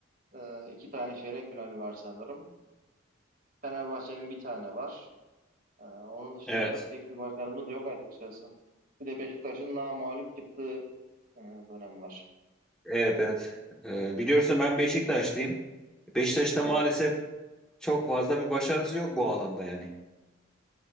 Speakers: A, on the right; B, in the centre.
A: e, iki tane çeyrek finali var sanırım. Fenerbahçe'nin bir tane var. E, onun dışında
B: Evet.
A: Evet. pek bir başarımız yok açıkçası. Bir de beşiktaşın namağlup çıktığı e, dönem var.
B: Evet evet. Ee, biliyorsun ben Beşiktaşlıyım. Beşiktaş'ta
A: Evet.
B: maalesef çok fazla bir başarısı yok bu alanda yani.